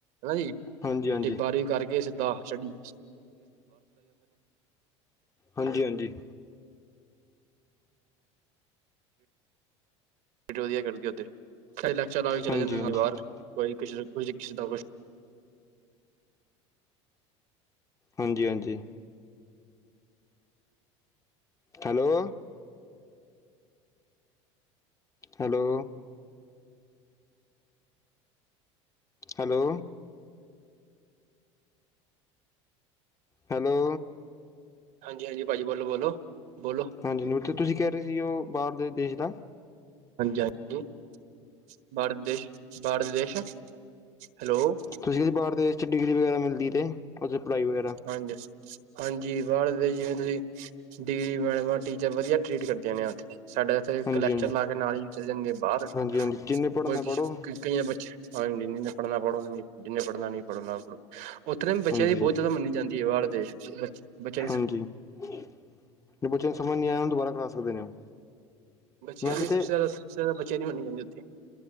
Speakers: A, on the right; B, on the left.
A: ਨਾ ਜੀ।
B: ਹਾਂਜੀ ਹਾਂਜੀ
A: ਡਿਬਾਰੀ ਕਰਕੇ ਸਿੱਦਾ ਚੜੀ
B: ਹਾਂਜੀ-ਹਾਂਜੀ।
A: ਵਧੀਆ ਕਰਦੀ ਆ ਉਥੇ, ਕ‌ਈ ਲੈਕਚਰ ਲਾ ਕੇ ਚਲੇ
B: ਹਾਂਜੀ
A: ਜਾਂਦੇ ਨਾਲ
B: ਹਾਂਜੀ
A: ਬਾਹਰ। ਕੋਈ ਕੁ ਕਿਸੇ ਦਾ ਕੁ
B: ਹਾਂਜੀ, ਹਾਂਜੀ। Hello, hello. Hello, hello.
A: ਹਾਂਜੀ, ਹਾਂਜੀ ਹਾਂਜੀ ਭਾਜੀ, ਬੋਲੋ-ਬੋਲੋ, ਬੋਲੋ
B: ਹਾਂਜੀ, ਤੁਸੀਂ ਕੈ ਰੇ ਸੀ ਓ ਬਾਰ ਦੇ ਦੇਸ਼ ਦਾ
A: <unintelligible> ਬਾਹਰ ਦੇ ਦੇਸ਼ ਬਾਹਰ ਦੇ ਦੇਸ਼। ਹੈਲੋ
B: ਤੁਸੀਂ ਵੀ ਬਾਰ ਦੇ ਦੇਸ਼ 'ਚ ਡਿਗਰੀ ਵਗੈਰਾ ਮਿਲਦੀ ਏ ਤੇ, ਓਦਰ ਪੜ੍ਹਾਈ ਵਗੈਰਾ-
A: ਹਾਂਜੀ ਹਾਂਜੀ, ਬਾਰ ਦੇ ਦੇਸ਼ ਜਿਵੇਂ ਤੁਸੀਂ ਡਿਗਰੀ ਮੈਡਮਾ ਟੀਚਰ ਵਧੀਆ ਟਰੀਟ ਕਰਦੇ ਨੇ ਓਥੇ। ਸਾਡੇ ਓਥੇ ਇਕ
B: ਹਾਂਜੀ
A: ਲੈਕਚਰ
B: ਹਾਂਜੀ
A: ਲਾ ਕੇ ਨਾਲ ਈ ਚਲੇ ਜਾਣਗੇ ਬਾਰ
B: ਹਾਂਜੀ ਹਾਂਜੀ ਜਿੰਨੇ ਪੜ੍ਹਨਾ
A: ਬਲਕੀ
B: ਪੜ੍ਹੋ
A: ਕਈ ਅ ਬਚ, ਹਾਂਜੀ ਜਿਨੇ ਪੜ੍ਹਨਾ ਪੜ੍ਹੋ, ਜਿਨੇ ਪੜ੍ਹਨਾ, ਨਈ ਪੜ੍ਹੋ, ਨਾ ਪੜੋ। ਓੱਥੇ ਦੇ ਵੀ ਬੱਚਿਆਂ
B: ਹਾਂਜੀ
A: ਦੀ ਬੋਤ ਜ਼ਿਆਦਾ ਮੰਨੀ ਜਾਂਦੀ ਐ, ਬਾਰ ਦੇਸ਼ ਚ ਬੱਚ ਬੱਚੇ ਇਸ
B: ਹਾਂਜੀ ਜੇ ਬੱਚਿਆਂ ਨੂੰ ਸਮਝ ਨੀ ਆਇਆ, ਓਨੂੰ ਦੁਬਾਰਾ ਕਰਾ ਸਕਦੇ ਨੇ।
A: ਬੱਚਿਆਂ
B: ਵੈਸੇ
A: ਦੀ ਸਬ
B: ਤੇ
A: ਸੇ ਜ਼ਾਦਾ, ਸਭ ਸੇ ਜ਼ਾਦਾ ਬੱਚਿਆਂ ਦੀ ਮੰਨੀ ਜਾਂਦੀ ਉਥੇ